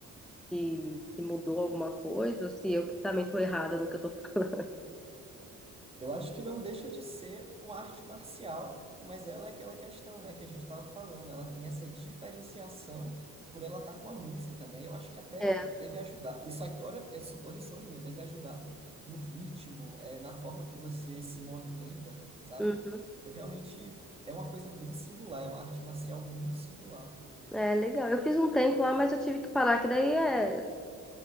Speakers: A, in the centre; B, on the right.
A: se, se mudou alguma coisa ou se eu que também tô errada no que eu tô falando.
B: Eu acho que não deixa de ser uma arte marcial, mas ela é aquela questão, né, que a gente estava falando. Ela tem essa diferenciação por ela estar com a música, né? Eu acho que até
A: É,
B: deve ajudar. Isso aqui, ora, é suposição minha, deve ajudar no ritmo, é, na forma que você se movimenta, sabe?
A: hum,
B: Eu realmente é uma coisa bem singular, é uma arte marcial muito singular
A: é legal. Eu fiz um tempo lá, mas eu tive que parar, que daí é,